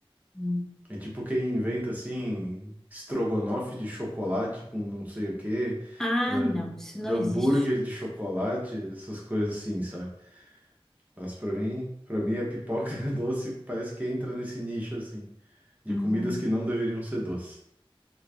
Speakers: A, in the centre; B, on the right (about 15°).
A: Hum.
B: É tipo quem inventa, assim, estrogonofe de chocolate com não sei o quê,
A: Ah,
B: ah,
A: não, isso
B: hambúrguer
A: não existe.
B: de chocolate, essas coisas assim, sabe? Mas pra mim, pra mim, a pipoca <laughs> doce parece que entra nesse nicho, assim, de
A: Uhum.
B: comidas que não deveriam ser doces.